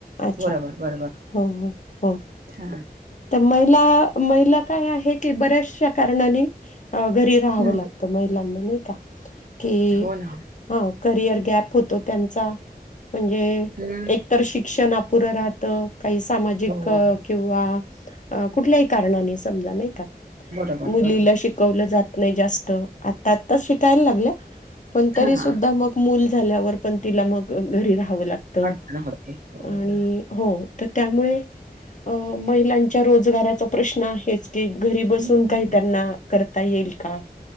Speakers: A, on the left; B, on the right.
A: अच्छा
B: बरोबर बरोबर
A: हो हो हो
B: हा
A: तर महिला महिला काय आहे की बऱ्याचशा कारणाने घरी. राहावं
B: हम्म
A: लागतं महिलांना नाही का? कि
B: हो ना
A: हा करिअर गॅप होतो त्यांचा म्हणजे?
B: हम्म
A: एक तर शिक्षण अपुर राहत काही सामाजिक
B: हो
A: अ किंवा? अ कुठल्याही कारणाने समजा, नाही का?
B: बरोबर
A: मुलीला
B: बरोबर
A: शिकवलं जात. नाही जास्त आत्ता आत्ता शिकायला लागल्या पण तरी
B: हा
A: सुद्धा मग मूल झाल्यावर पण तिला मग घरी राहावं लागत आणि.
B: अडचण होते हो ना
A: हो तर त्यामुळे अ महिलांच्या रोजगाराचा प्रश्न आहेच. तेघरी बसून
B: हम्म
A: काही त्यांना करता येईल का